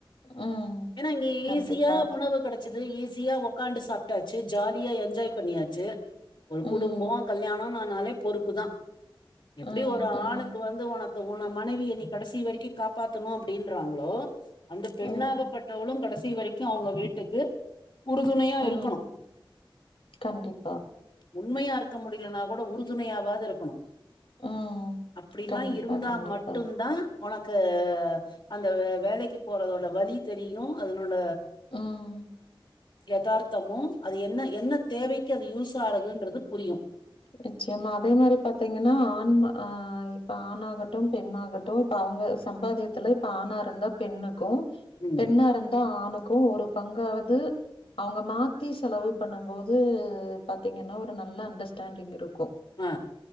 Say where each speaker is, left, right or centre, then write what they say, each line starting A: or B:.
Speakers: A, on the left (about 85°); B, on the left (about 60°).
A: ம்
B: ஏன்னா இங்க
A: கண்டிப்பா
B: ஈஸியா உணவு ச்சுது ஈஸியா உக்காண்டு சாப்ட்டாச்சு ஜாலியா என்ஜாய் பண்ணியாச்சு ஒரு
A: ம்
B: குடும்பொ கல்யாணொன் ஆனாலே பொறுப்பு தான் எப்டி
A: ம்
B: ஒரு
A: ம்
B: ஆணுக்கு வந்து உனக் கு உன மனைவிய நீ கடைசி வரைக்கும் காப்பாத்தணும் அப்படின்றாங்களோ அந்த பெண்ணாகப்பட்டவளும்
A: ம்
B: கடைசி வரைக்கும் அவுங்க வீட்டுக்கு உறுதுணையா
A: ம்
B: இருக்குணும்
A: கண்டிப்பா
B: உண்மையா இருக்க முடியலனா கூட உறுதுணையாவாது இருக்குணும்
A: ம்
B: அப்புடிலாம்
A: கண்டிப்பா
B: இருந்தா
A: கண்டிப்பா
B: மட்டும்தான் உனக்கு அந்த வ வேலைக்கு போறதோட வழி தெரியும் அதனோட
A: ம்
B: யதார்த்தமும் அது என்ன என்ன தேவைக்கு அது யூஸ் ஆறதுன்றது புரியும்
A: நிச்சயமா அதே மாரி பாத்தீங்கன்னா ஆண் ஆ இப்ப ஆண் ஆகட்டும் பெண்ணாக ட்டும் இப்ப அவுங்க சம்பாதியத்துல இப்ப ஆணா இருந்தா பெண்ணுக்கும்
B: ம்
A: பெண்ணா இருந்தா ஆணுக்கும் ஒரு பங்காவது அவுங்க மாத்தி செலவு பண்ணும் போது பாத்தீங்கன்னா ஒரு நல்ல அண்டர்ஸ்டாண்டிங் இருக்கும்
B: ஆ